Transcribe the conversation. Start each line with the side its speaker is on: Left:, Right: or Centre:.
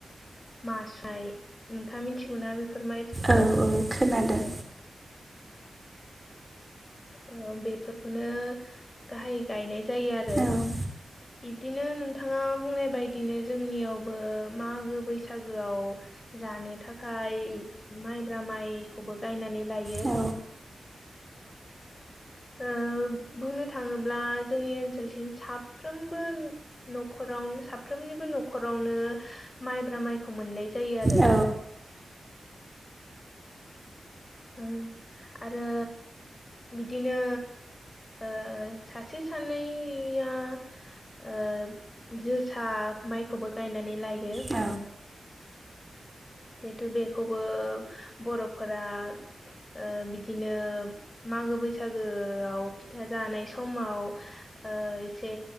Left: मास्राय नोंथाङा मिथिगौना बेफोर माइफोरखौ
Right: औ औ खोनादों।
Left: औ बेफोरखौनो गाहायै गायनाय जायो आरो।
Right: औ
Left: बिब्दिनो नोंथाङा बुंनाय बदिनो जोंनियावबो मागो बैसागोआव जानो थाखाय माइब्रा माइखौबो गायनानै लायो।
Right: औ
Left: ओ बुंनो थाङोब्ला जोंनि ओनसोलथिं साफ्रोमबो न'खरावनो साफ्रोमनिबो न'खरावनो माइब्रा माइखौ मोननाय जायो आरो।
Right: औ
Left: ओ आरो बिदिनो ओ सासे सानैया ओ जोसा माइखौबो गायनानै लायो।
Right: औ
Left: जिहेथु बेखौबो बर'फोरा ओ बिदिनो मागो बैसागोआव फिथा जानाय समाव ओ एसे